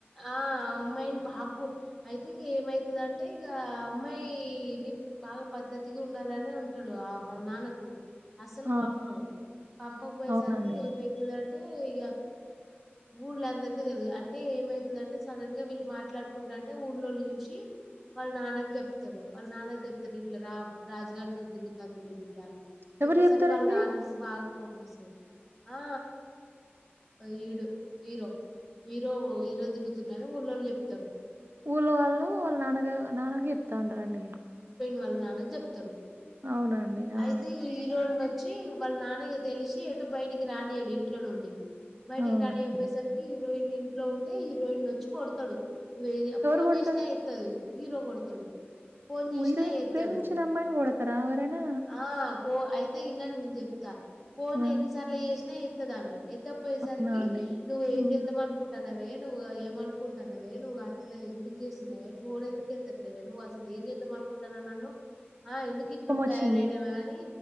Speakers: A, in the centre; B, on the right.
A: ఆ అమ్మాయిని భాగు అయితే ఇక ఏమైతుందింటే ఇక అమ్మాయిని బాగా పద్ద్దతిగా ఉండాలని ఉ తుడు వాళ్ళ నాన్నకు అసలు
B: ఆ!
A: పంపడు పంపబయేసరికి
B: అవునండి.
A: ఏమయితదం టే ఇ గ ఊళ్ళ అందరికీ తెలిదు అంటే ఏమైతే దంటే సడన్ గా వీళ్ళు మాట్లాడుకుంటా అంటే ఊర్లోళ్ళు చూసి వాళ్ళ నాన్నకు చెప్తారు వాళ్ళ నాన్న చెప్తారు ఇట్ల రా రాజగారితో తిరుగుతాంది నీ బిడ్డానికి
B: ఎవరు
A: చెప్పేసరికి
B: జెప్తారండి?
A: వాళ్ళ నాన్నకి బాగా కోపం వస్తుంది ఆ ఈడు హీరో హీరో హీరో తిరుగుతున్నని ఊళ్ళోళ్ళు చెప్తారు
B: ఊళ్ళో వాళ్ళు వాళ్ళ నాన్నగ నాన్న కి చెప్తా ఉంటారండి
A: వాల్ నాన్నని చెప్తారు
B: అవునండి. ఆ!
A: అయితే హీరో మధ్య వచ్చి వాళ్ళ నాన్న తెలిసి ఎటు బయటికి రానియాడు ఇంట్లో నుండి బయటికి
B: అవునండి.
A: రానియపోయేసరికి హీరోయిన్ ఇంట్లో ఉంటే హీరోయిన్ వచ్చి కొడతాడు
B: ఎవరు
A: ఫోన్
B: గొడతారు?
A: చేసినా ఎత్తదు హీరో కొడ్తడు ఫోన్ చేసిన
B: ఉ హీరోయిన్
A: ఎత్తడు
B: ప్రేమించిన అమ్మాయిని గొడతారా ఎవరైనా?
A: ఆ పో అయితే ఇనను నేను చెప్తా ఫోన్
B: ఆ!
A: ఎన్నిసార్లు చేసినా ఎత్తదామె ఎత్తపోయేసరికి
B: అవునా అండి?
A: నువ్వు
B: హ్మ్.
A: ఏం చేద్దామనుకుంటా వే నువ్వు ఏమనుకుంటాన్నావే నువ్వు అట్ల ఎందుకు చేస్తున్నావే ఫోన్ ఎందుకు ఎత్తట్లేవే నువ్వు అసల్ ఏం చేద్దాం అనుకుంటున్నావ్ నన్ను ఆ ఎందుకు ఇట్లు
B: కోపమొచ్చింది.
A: తయారయినవా అని